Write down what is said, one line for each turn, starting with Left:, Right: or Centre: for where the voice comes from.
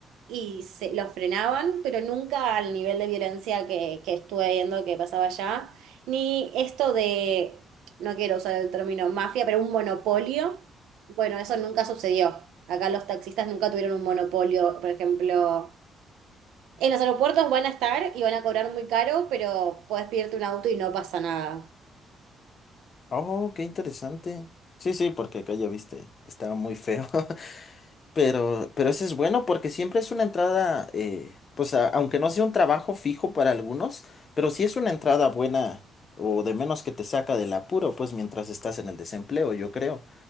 Right: y se los frenaban, pero nunca al nivel de violencia que, que estuve viendo que pasaba allá, ni esto de, no quiero usar el término mafia, pero un monopolio. Bueno, eso nunca sucedió. Acá los taxistas nunca tuvieron un monopolio, por ejemplo. En los aeropuertos van a estar y van a cobrar muy caro, pero puedes pedirte un auto y no pasa nada.
Left: Oh, qué interesante. Sí, sí, porque acá ya viste, estaba muy feo. <laughs> Pero, pero eso es bueno porque siempre es una entrada, eh, pues a- aunque no sea un trabajo fijo para algunos, pero sí es una entrada buena o de menos que te saca del apuro, pues mientras estás en el desempleo, yo creo.